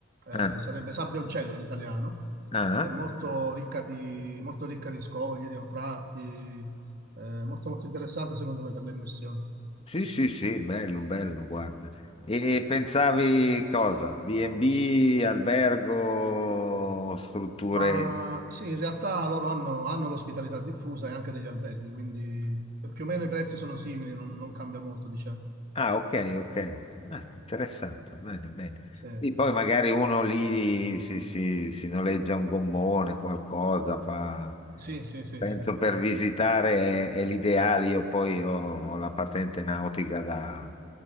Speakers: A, on the right; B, on the left.
A: eh,
B: Ah,
A: sarebbe Sabbioncello in italiano,
B: ah,
A: che è molto ricca di, molto ricca di scogli, di anfratti, eh, molto molto interessante secondo me per le immersioni.
B: sì, sì, sì, bello, bello, guarda. E pensavi cosa? B&B, albergo, strutture?
A: Ma sì, in realtà loro hanno, hanno l'ospitalità diffusa e anche degli alberghi, quindi più o meno i prezzi sono simili, non, non cambia molto, diciamo.
B: Ah, ok, ok. Ah, interessante, bene, bene.
A: Sì,
B: Sì, poi magari uno lì si, si- si noleggia un gommone, qualcosa, fa...
A: sì, sì, sì,
B: Penso
A: sì.
B: per visitare è, è l'ideale, io poi ho, ho la patente nautica da